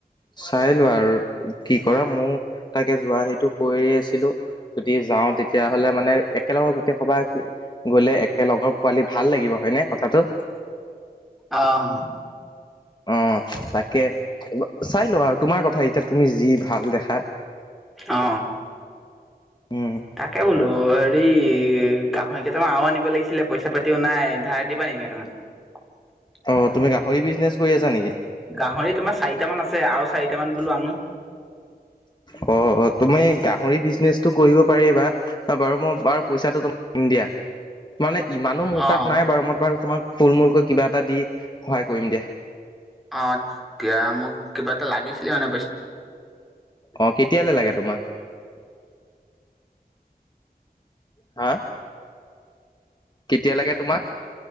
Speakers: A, on the left; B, in the centre.
A: চাই লোৱা আৰু। কি কৰা ময় তাকে যোৱা সেইটো কৰি আছিলো। যদি যাওঁ তেতিয়াহলে মানে একেলগৰ গোটেই সভা গলে। এক লগৰ পোৱালি ভাল লাগিব হয়নে কথাটো।
B: অঁ।
A: অ তাকে চাই লোৱা আৰু তোমাৰ কথা এতিয়া তুমি যি ভাল দেখা।
B: অ
A: উম,
B: তাকে বোলো। অ হেৰি গাহৰি কেইটামান আৰু আনিব লাগিছিলে পইচা পাতিও নাই ধাৰ দিবা নেকি কেইটামান। <unintelligible>
A: অ তুমি গাহৰি বিজনেচ কৰি আছা নেকি?
B: গাহৰি তোমাৰ চাৰিটা মান আছে। আৰু চাৰিটা
A: অ তুমি
B: মান বোলো আনো।
A: গাহৰি। হৰি বিজনেচটো কৰিব পাৰি বাা বাৰু মই বাৰু পইচাটো তমাক নিম দিয়া মানে। ইমানো মূোৰ
B: অ',
A: তাত নাই বাৰু মই বাৰু তোমাক ফুল মূলকৈ কিবা এটা দি সহায় কৰিম দিয়া।
B: অ এতিয়া মোক কিবা এটা লাগিছিলে মানে পইচা।
A: অ কেতিয়ালৈ লাগে তোমাক। হা। কেতিয়া লাগে তোমাক।